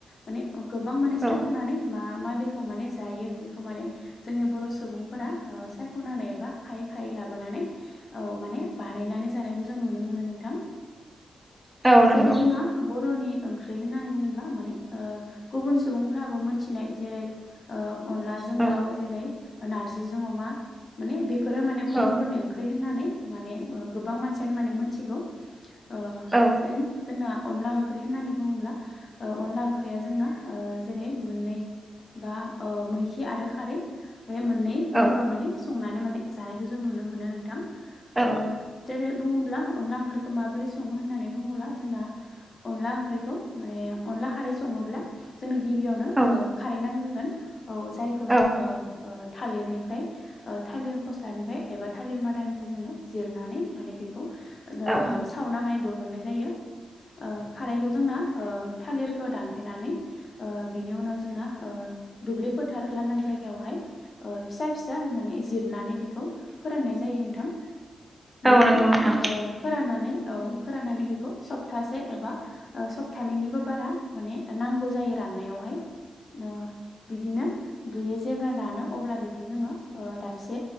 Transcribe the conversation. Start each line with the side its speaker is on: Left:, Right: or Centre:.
Left: माने गोबां माने
Right: औ
Left: सायख'नानै मा मा बेखौ माने जायो बेखौ माने जोंनि बर' सु सुबुंफोरा सायख'नानै एबा खायै खायै लाबोनानै औ माने बानायनानै जानायखौ जों नुनो मोनो नोंथां।
Right: औ औ नंगौ
Left: जेरै जोंना बर'नि ओंख्रि यै होननानै बुंङोबब्ला माने ओ गुबुन सुबुंफ्राबो मोनथिनाय जेरै ओ अनलाजों
Right: औ
Left: दाउ जेरै नारजिजों अमा माने बेफोरो माने बर'फोरनि
Right: औ
Left: ओंख्रि होननानै माने ओ गोबां मानसियानो माने मोनथिगौ ओ
Right: औ
Left: जेन जोंना अनला ओंख्रि होननानै बुङोब्ला ओ अनला ओंख्रिया जोंना ओ जेरै मोननै बा ओ मैखि आरो खारै बे मोननै
Right: औ
Left: महराव माने संनानै माने जानायखौ जों नुनो मोनो नोंथां।
Right: औ
Left: अ जेरै बुङोब्ला अनला ओंख्रिखौ माबोरै सङो होननानै बुङोबला जोंना अनला ओंख्रिखौ माने अनला खारै स ङोब्ला जोंनो
Right: औ
Left: ओ खारै नागोरोगोन औ जायखौ
Right: औ
Left: जोङो ओ थालिरनिफ्राय ओ थालिर फस्लानिफ्राय एबा थालिर मादानिफ्राय जोङो जिरनानै माने बेखौ ओ
Right: औ
Left: सावना माने दिहरनाय जायो। ओ खारैखौ जोंना ओ थालिर खो दानफायनानै ओ बिनि उनाव जोङो ओ दुब्लि फोथार लांदां जायगायावहाय ओ फिसा फिसा माने जिरनानै बेखौ फोराननाय जायो नोंथां।
Right: औ
Left: बेखौ
Right: नंगौ नोंथां
Left: ओ फोराननानै औ फोराननानै बेखौ सब तासे एबा ओ सप्तानैनिबो बारा माने नांगौ जायो राननायावहाय ओ बिदिनो बैयो जेब्ला रानो अब्ला बेखौ जोङो ओ दाबसे